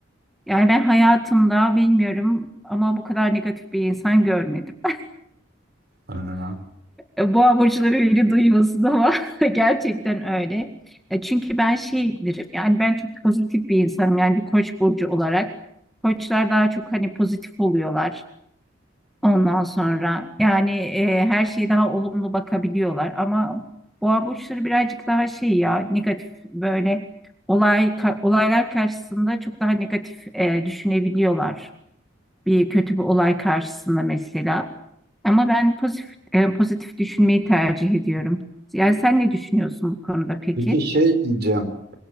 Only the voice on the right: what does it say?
e,
peki şey diyeceğim